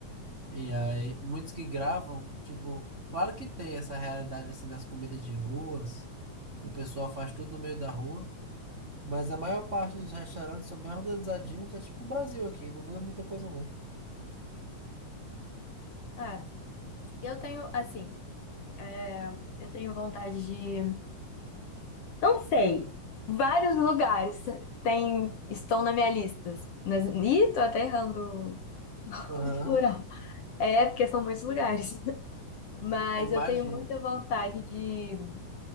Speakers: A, on the right; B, on the left.
A: E aí, muitos que gravam, tipo, claro que tem essa realidade, assim, das comidas de ruas. que O pessoal faz tudo no meio da rua. Mas a maior parte dos restaurantes são bem organizadinhos. É tipo o Brasil aqui, não muda muita coisa, não.
B: É, eu tenho, assim, é, eu tenho vontade de, não sei, vários lugares tem, estão na minha lista. Nas, ih, tô até errando
A: Aham,
B: o plural. É, porque são muitos lugares. <laughs> Mas
A: eu imagino.
B: eu tenho muita vontade de,